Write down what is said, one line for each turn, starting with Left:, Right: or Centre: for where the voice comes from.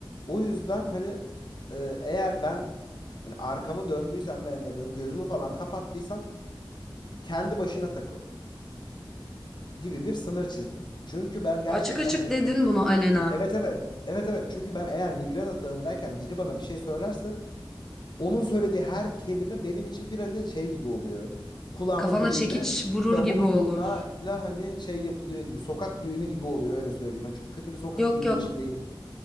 Left: O yüzden hani e, eğer ben hani arkamı döndüysem ve hani böyle gözümü falan kapattıysam kendi başına takıl gibi bir sınır çizdim. Çünkü ben gerçekten
Centre: açık açık
Left: hani
Centre: dedin bunu alenen.
Left: evet evet evet evet çünkü ben eğer migren atağındayken biri bana bir şey söylerse Onun söylediği her kelime benim için bir hani şey gibi oluyor. Kulağımın
Centre: Kafana
Left: dibinde
Centre: çekiç vurur
Left: davul
Centre: gibi olur.
Left: zurnayla hani şey yapılıyor gibi. Sokak düğünü gibi oluyor öyle söyleyeyim. Hani çok kötü bir sokak
Centre: Yok
Left: düğünün
Centre: yok
Left: içindeyim gibi.